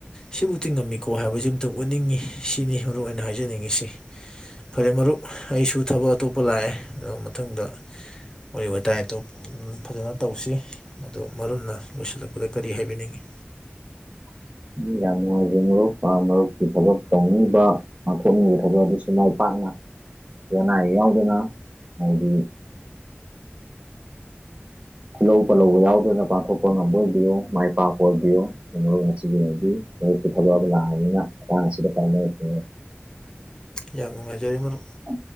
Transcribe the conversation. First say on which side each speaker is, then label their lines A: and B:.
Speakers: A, on the left; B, on the right.
A: ꯁꯤꯕꯨꯗꯤꯤ ꯉꯝꯃꯤꯀꯣ ꯍꯥꯏꯕꯁꯤ ꯑꯝꯇꯪ ꯎꯠꯅꯤꯡꯉꯤ ꯁꯤꯅꯤ ꯃꯔꯨ ꯑꯣꯏꯅ ꯍꯥꯏꯖꯅꯤꯡꯉꯤꯁꯤ ꯐꯔꯦ ꯃꯔꯨꯞ ꯑꯩꯁꯨ ꯊꯕꯛ ꯑꯇꯣꯞꯄ ꯂꯥꯛꯑꯦ ꯑꯗꯨ ꯃꯊꯪꯗ ꯑꯣꯏꯕꯇꯥꯏ ꯇ ꯐꯖꯅ ꯇꯧꯁꯤ ꯑꯗꯣ ꯃꯔꯨꯅ ꯂꯣꯏꯁꯤꯜꯂꯛꯄꯗ ꯀꯔꯤ ꯍꯥꯏꯕꯤꯅꯤꯡꯏꯤ
B: <inaudible> ꯎꯝ ꯌꯥꯝ ꯅꯨꯡꯉꯥꯏꯖꯔꯦ ꯃꯔꯨꯞ ꯃꯔꯨꯞꯀꯤ ꯊꯕꯛ ꯇꯧꯅꯤꯡꯕ ꯉꯥꯡꯊꯣꯛꯅꯤꯡꯕ ꯊꯕꯛ ꯑꯗꯨꯁꯨ ꯃꯥꯏ ꯄꯥꯛ ꯅ ꯌꯥꯎꯗꯅ ꯍꯥꯏꯗꯤ ꯈꯨꯜꯍꯧ ꯄꯜꯂꯧꯕ ꯌꯥꯎꯗꯅ ꯄꯥꯡꯊꯣꯛꯄ ꯉꯝꯕ ꯑꯣꯏꯕꯤꯌꯣ ꯃꯥꯏ ꯄꯥꯛꯄ ꯑꯣꯏꯕꯤꯌꯣ ꯀ ꯃꯔ ꯑꯁꯤꯒꯤ ꯑꯣꯏꯅꯗꯤ ꯍꯧꯔꯤꯛꯁꯨ ꯊꯕꯛ ꯑꯃ ꯂꯥꯛꯑꯅꯤꯅ ꯃꯇꯥꯡ ꯑꯁꯤꯗ ꯇꯥꯏꯅꯔꯛꯈꯤꯅꯤ
A: ꯌꯥꯝ ꯅꯨꯡꯉꯥꯏꯖꯔꯤ ꯃꯔ
B: ꯎ